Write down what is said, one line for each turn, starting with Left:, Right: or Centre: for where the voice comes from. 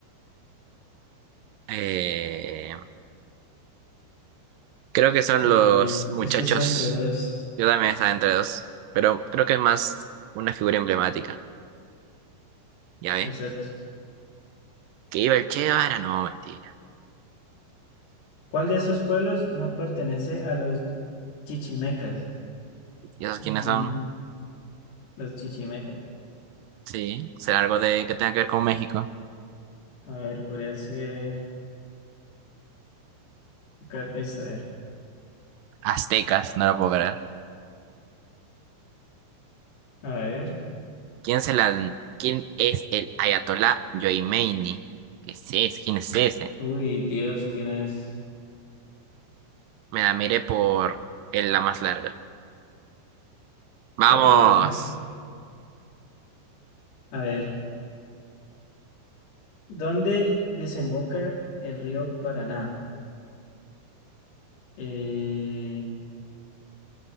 Right: Eh, creo que son
Left: Eh,
Right: los muchachos.
Left: es que estoy entre dos.
Right: Yo también estaba entre dos, pero creo que es más una figura emblemática. ¿Ya ve?
Left: Exacto.
Right: Que iba el Che Guevara, no, mentira.
Left: ¿Cuál de esos pueblos no pertenece a los chichimecas?
Right: ¿Y esos
Left: Mm,
Right: quiénes son?
Left: los chichimecas.
Right: Sí, será algo de que tenga que ver con México.
Left: A ver, podría ser car- esta, a ver.
Right: Aztecas, no lo puedo creer.
Left: A ver.
Right: ¿Quién, se la, quién es el Ayatolá Yomeini? ¿Qué es ese? ¿Quién es ese?
Left: Uy, Dios, ¿quién es?
Right: Me la miré por el- la más larga. ¡Vamos!
Left: Por dos. <laughs> A ver. ¿Dónde desemboca el río Paraná? Eh,